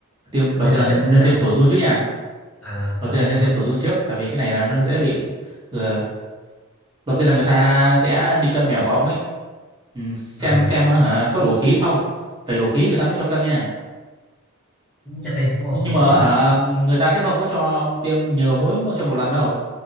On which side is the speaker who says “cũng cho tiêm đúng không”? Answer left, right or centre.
Centre